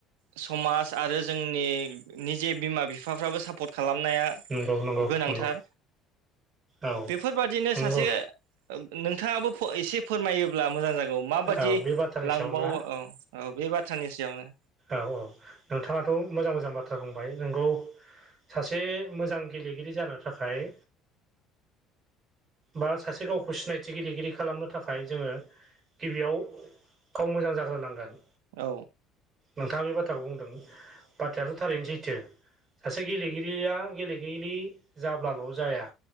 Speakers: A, on the right; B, on the right.
A: समाज आरो जोंनि निजे बिमा बिफाफ्राबो सापर्ट खालामनाया
B: नंगौ नंगौ
A: गोनांथार
B: नंगौ औ
A: बेफोरबादिनो
B: नंगौ
A: सासे नोंथाङाबो एसे फोरमायोब्ला मोजां जागौ माबादि
B: औ बे बाथ्रानि
A: लां
B: सायाव ना
A: बाव औ औ बे बाथ्रानि सायावनो
B: औ औ नोंथाङाथ' मोजां मोजां बाथ्रा बुंबाय नोंगौ। सासे मोजां गेलेगिरि जानो थाखाय बा सासे गावखौ सिनायथि गेलेगिरि खालामनो थाखाय जोङो गिबियाव गाव मोजां जाग्रोनांगोन।
A: औ
B: नोंथाङा बे बाथ्राखौ बुंदों बाथ्रायाथ थारैनो सैथो सासे गेलेगिरिया गेलेगिरि जाब्लाल' जाया।